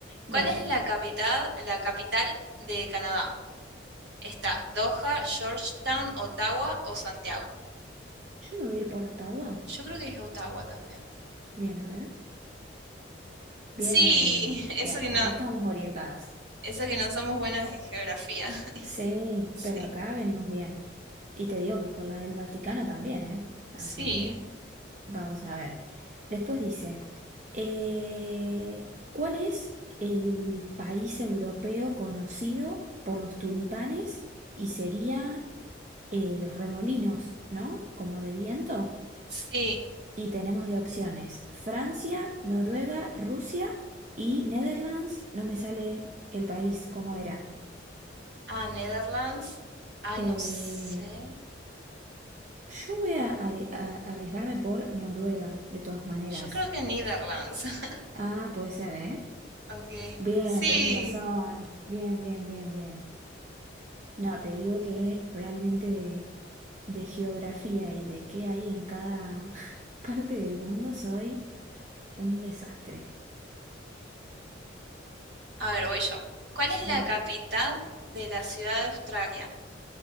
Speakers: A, on the right; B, on the right.
A: Dale,
B: ¿Cuál es la capital, la capital de Canadá? ¿Está Doha, Georgetown, Ottawa o Santiago?
A: yo me voy a ir por Ottawa.
B: Yo creo que es Ottawa también.
A: Bien, a ver. Bien,
B: Sí, <laughs>
A: bien.
B: eso que no,
A: Acá estábamos orientadas.
B: eso que no somos buenas en geografía. <laughs>
A: Sí,
B: Sí,
A: pero acá venimos bien. Y te digo que con la del Vaticano también, ¿eh? Así
B: sí,
A: que... Vamos a ver. Después dice, eh, ¿cuál es el país europeo conocido por los tulipanes? Y sería eh, los remolinos, ¿no? Como de viento.
B: sí.
A: Y tenemos de opciones Francia, Noruega, Rusia y Netherlands. No me sale el país, ¿cómo era?
B: Ah, Netherlands. Ay,
A: Eh,
B: no sé.
A: yo voy a, are- a- arriesgarme por Noruega, de todas maneras.
B: Yo creo que Netherlands. <laughs>
A: Ah, puede ser, ¿eh?
B: Ok.
A: Bien,
B: Sí.
A: tenías razón. Bien, bien, bien, bien. No, te digo que realmente de, de geografía y de qué hay en cada <laughs> parte del mundo soy un desastre.
B: A ver, voy yo. ¿Cuál es
A: Dale.
B: la capital de la ciudad de Australia?